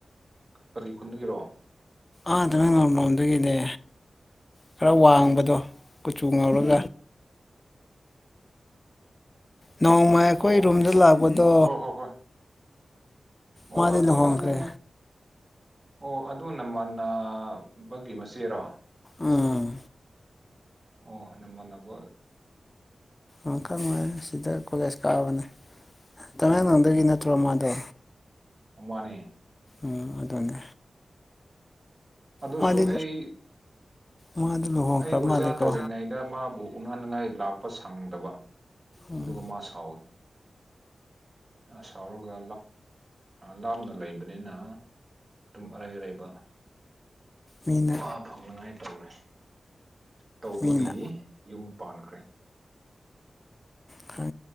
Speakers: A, on the right; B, on the left.
A: ꯀꯔꯤ ꯈꯨꯟꯅꯒꯤꯔꯣ
B: ꯑꯥꯗ ꯅꯪ ꯉꯝꯂꯣꯝꯗꯨꯒꯤꯅꯦ ꯈꯔ ꯋꯥꯡꯕꯗꯣ ꯀꯨꯆꯨ ꯉꯥꯎꯔꯒ ꯅꯣꯡꯃ ꯑꯩꯈꯣꯏ
A: ꯑꯣ
B: ꯔꯨꯝꯗ ꯂꯥꯛꯄꯗꯣ
A: ꯑꯣ ꯍꯣꯏ ꯍꯣꯏ ꯍꯣꯏ ꯑꯣ
B: ꯃꯥꯗꯤ
A: ꯑꯗꯨ
B: ꯂꯨꯍꯣꯡꯈ꯭ꯔꯦ
A: ꯑꯗꯨ ꯑꯣ ꯑꯗꯨ ꯅꯃꯟꯅ ꯕꯒꯤ ꯃꯆꯦꯔꯣ
B: ꯎꯝ
A: ꯑꯣ ꯅꯃ ꯅꯕ
B: ꯣꯡꯀ ꯃ ꯁꯤꯗꯥ ꯀꯂꯦꯁꯀꯥꯕꯅꯦ ꯇꯃꯦꯡꯂꯡꯂꯣꯡꯗꯒꯤ ꯅꯠꯇ꯭ꯔꯣ ꯃꯥꯗꯣ
A: ꯅꯦ
B: ꯎ ꯑꯗꯨꯅꯦ
A: ꯑꯗꯨꯁꯨ
B: ꯃꯥꯗꯤ
A: ꯑꯩ
B: ꯃꯥꯗꯤ ꯂꯨꯍꯣꯡꯈ꯭ꯔ
A: ꯑꯩ ꯑꯣꯖꯥ
B: ꯃꯥꯜꯂꯦꯀꯣ
A: ꯇꯧꯔꯤꯉꯩꯗ ꯃꯥꯕꯨ ꯎꯅꯅꯤꯡꯉꯥꯏ ꯂꯥꯛꯄ ꯁꯪꯗꯕ
B: ꯎꯝ
A: ꯗꯨꯘ ꯃꯥꯁꯋ ꯁꯥꯎꯔꯒ ꯂꯥꯞꯅ ꯂꯩꯕꯅꯤꯅ ꯑꯗꯨꯝ ꯑꯔꯩ ꯑꯔꯩꯕ
B: ꯃꯤꯅ
A: ꯃꯥ ꯐꯪꯅꯉꯥꯏ ꯇꯧꯔꯦ ꯇꯧꯕꯒꯤ
B: ꯃꯤꯅ
A: ꯌꯨꯝ ꯄꯥꯟꯈ꯭ꯔꯦ
B: ꯈ